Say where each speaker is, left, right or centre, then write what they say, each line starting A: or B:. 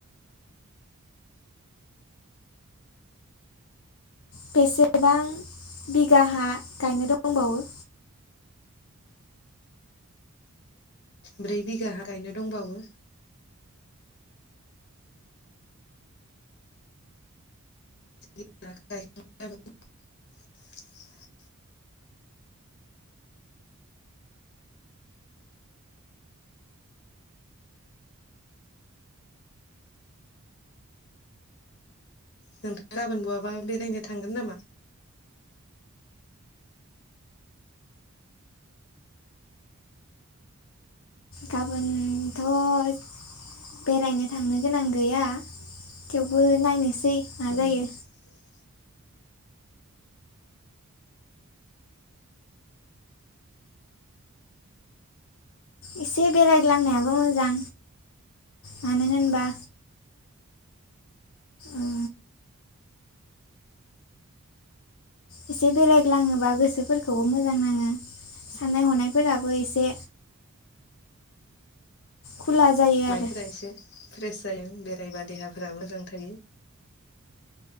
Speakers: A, on the left (about 70°); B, on the left (about 50°).
A: बेसेबां बिगा हा गायनो दंबावो।
B: ब्रै बिगा हा गायनो दंबावो। <unintelligible> नोंथाङा गाबोन बहाबा बेरायनो थांगोन नामा?
A: गाबोनथ' बेरायनो थांनो गोनां गैया थेवबो नायनोसै।
B: <unintelligible>
A: मा जायो एसे बेरायग्लांनायाबो मोजां मानो होनबा उम एसे बेरायग्लाङोबा गोसोफोरखौबो मोजां नाङो साननाय हनायफोराबो एसे खुला जायो
B: माइफोरा
A: आरो
B: एसे फ्रेस जायो बेरायबा देहाफोरा मोजां थायो।